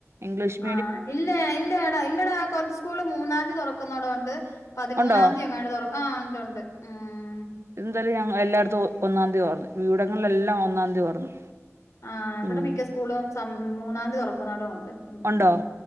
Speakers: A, on the right; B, on the left.
A: ഇഗ്ലീഷ്
B: ആ ഇല്ല, ഇല്ലടാ, ഇല്ലടാ കുറച്ച് സ്കൂള് മൂന്നാന്തി തുറക്കുന്നടും ഉണ്ട് പതിമൂന്നാംന്തി
A: ഉണ്ടോ
B: <unintelligible> തുറക്ക. ആ ഉണ്ട്, ഉണ്ട്. ഉം.
A: <inaudible> എല്ലായിടത്തും ഒന്നാന്തി തുറന്നു. ഇവടെങ്ങളിൽ എല്ലാം ഒന്നാന്തി തുറന്നു.
B: ആ ഇവിടെ
A: ഉം
B: മിക്ക സ്കൂള മൂന്നാം തീയതി തുറക്കുന്നവിടം ഉണ്ട് ഉം
A: ഉണ്ടോ